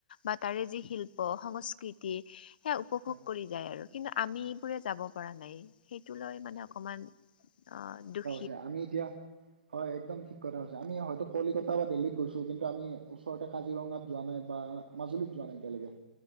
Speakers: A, on the left; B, on the right.
A: বা তাৰে যি শিল্প সংস্কৃতি সেয়া উপভোগ
B: হয়
A: কৰি যায় আৰু কিন্তু আমি এইবোৰে যাব পৰা নাই সেইটো লৈ মানে অকমান অ দুখ
B: তে আমি এতিয়া হয় একদম ঠিক কথা কৈছা আমি হয়তো কলিকতা বা দিল্লীত গৈছো কিন্তু আমি ওচৰতে কাজিৰঙাত যোৱা নাই বা মাজুলীত যোৱা নাই এতিয়ালেগে